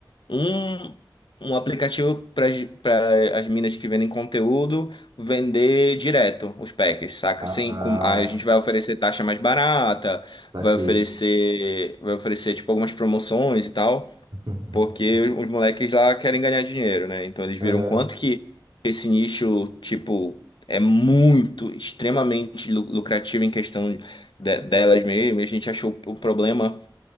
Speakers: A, on the left; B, on the right.
A: um, um aplicativo para as minas que vendem conteúdo vender direto os packs, saca? Assim,
B: Ah,
A: com, aí a gente vai oferecer taxa mais barata,
B: saquei.
A: vai oferecer, vai oferecer tipo algumas promoções e tal,
B: <laughs>
A: porque os moleques lá querem ganhar dinheiro, né? Então eles viram
B: Aham.
A: quanto que esse nicho, tipo, é muito, extremamente lu- lucrativo em questão de- delas mesmo, e a gente achou o problema